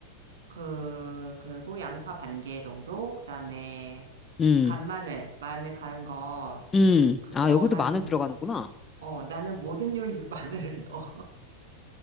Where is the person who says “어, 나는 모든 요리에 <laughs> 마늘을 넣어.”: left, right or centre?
Right